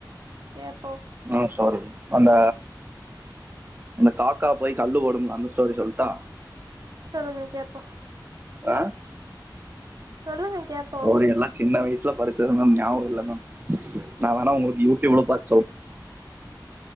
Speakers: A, on the right; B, on the right.
A: எப்போ
B: ஹ ஸாரி அந்த அந்த காக்கா போயி கல்லு போடுமுல்ல அந்த ஸ்டோரி சொல்ட்டா
A: சொல்லுங்க கேப்போம்
B: அ
A: சொல்லுங்க கேப்போ
B: அவரு எல்லாம் சின்ன வயசுல படிச்சதல்லாம் ஞாபகம் இல்ல தா நான வேணா உங்களுக்கு யூடூபூல்ல பாத்து